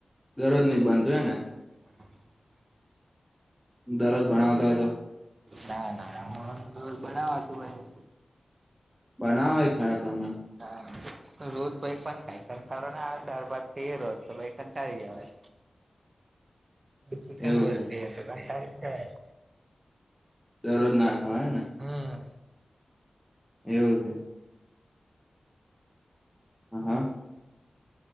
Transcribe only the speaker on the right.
<inaudible>
ના ના હું રોજ રોજ બનાવાતું હોય.
હા રોજ પહી કોણ પણ ખાય કટારો ના આવે દારભાત ખઈએ રોજ તોય કંટાળી જવાય.
ચિકન
રોજ
ખઈએ તે કંટાળી જવાય.
હમ